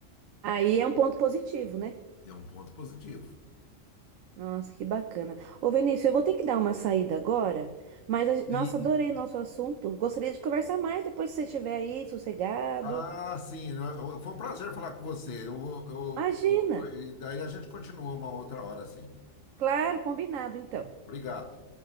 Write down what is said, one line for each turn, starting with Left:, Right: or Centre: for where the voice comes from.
Right: Aí é um ponto positivo, né?
Left: E é um ponto positivo.
Right: Nossa, que bacana. Ô, Vinícius, eu vou ter que dar uma saída agora, mas, a gen- nossa,
Left: Sim.
Right: adorei o nosso assunto. Gostaria de conversar mais depois que você estiver aí, sossegado.
Left: Ah, sim. eu- eu- Foi um prazer falar com você. Eu, vou- eu,
Right: Imagina!
Left: eu- e daí a gente continua uma outra hora, sim.
Right: Claro, combinado, então.
Left: Obrigado.